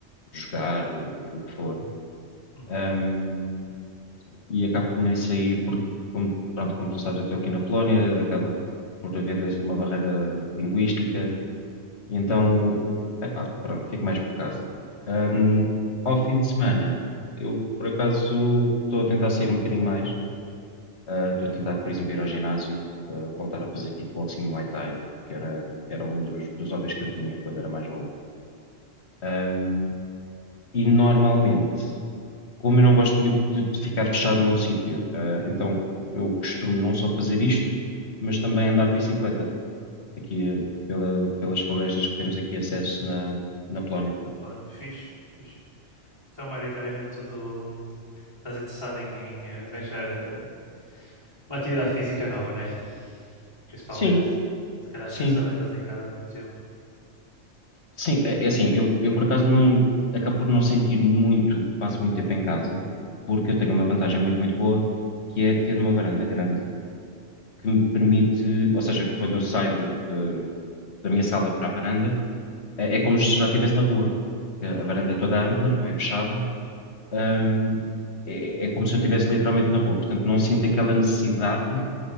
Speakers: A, on the left; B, on the left.
A: jogar, o que for.
B: uhum,
A: Ahm, e acabo por nem sair, porque, como, pronto, como tu sabes, eu estou aqui na Polónia, acaba por haver esse- uma barreira linguística, e então,
B: uhum.
A: epá, pronto, fico mais por casa. Ahm, ao fim de semana, eu, por acaso, estou a tentar sair um bocadinho mais, Ah, estou a tentar, por exemplo, ir ao ginásio, ah, voltar a fazer kickboxing e Muay Thai, que era, era um dos, dos hobbies que eu tinha quando era mais novo. Ahm, e normalmente. como eu não gosto muito de, de ficar fechado num sítio, ah, então eu costumo não só fazer isto, mas também andar de bicicleta aqui ah, pela- pelas florestas que temos aqui acesso na, na Polónia.
B: Na Polónia, fixe, fixe. Então, maioritariamente tudo... hum, Estás interessado em, em eh, arranjar eh, uma atividade física nova, né? Principalmente.
A: Sim,
B: Se calhar
A: sim,
B: sentes também que estás em casa há muito tempo.
A: sim. É,
B: É.
A: é assim, eu, eu por acaso não acabo por não sentir muito que passo muito tempo em casa, porque eu tenho uma vantagem muito, muito boa, que é ter uma varanda grande que me permite, ou seja, quando eu saio de- de- da minha sala para a varanda É, é como se já estivesse na rua. A
B: Uhum,
A: varanda é toda ampla, não é fechada. Ahm,
B: uhum,
A: é, é como se eu estivesse literalmente na rua. Portanto, não sinto aquela necessidade